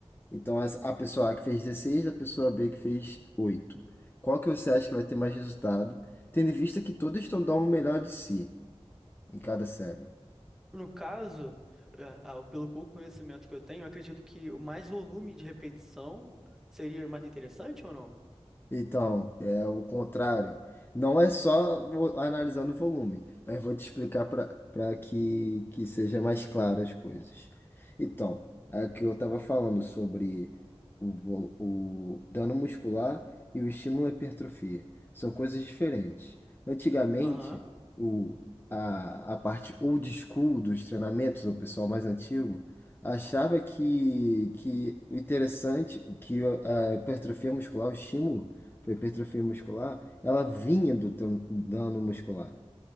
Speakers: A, on the left; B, in the centre.
A: Então as- a pessoa A que fez 16, a pessoa B que fez 8. Qual que você acha que vai ter mais resultado, tendo em vista que todas estão dando o melhor de si em cada série?
B: No caso, eh, ah, pelo pouco conhecimento que eu tenho, eu acredito que o mais volume de repetição seria mais interessante ou não?
A: Então, é o contrário. Não é só vo- analisando o volume, mas vou te explicar para que, que seja mais claro as coisas. Então, é o que eu estava falando sobre o, vo- o dano muscular e o estímulo à hipertrofia. São coisas diferentes. Antigamente,
B: Aham.
A: o, a, a parte old school dos treinamentos, o pessoal mais antigo, achava que, que o interessante, que a a hipertrofia muscular, o estímulo, para hipertrofia muscular, ela vinha do tan- dano muscular.